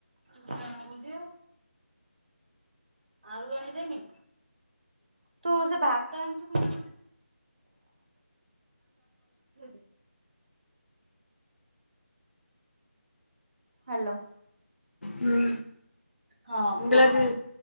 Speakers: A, on the right; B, on the left.
A: ତୁ ତଜାଣି ବୁଝେ ଆଳୁ ଆଣିଦେମି? ତୁ ସେ ଭାତ ଆଣଛୁ ବୋଲି <inaudible> ହ୍ୟାଲୋ।
B: ହୁଁ।
A: ହଁ ଆ
B: ମୁଁ
A: କୁହ?
B: କହିଲି ଆଜି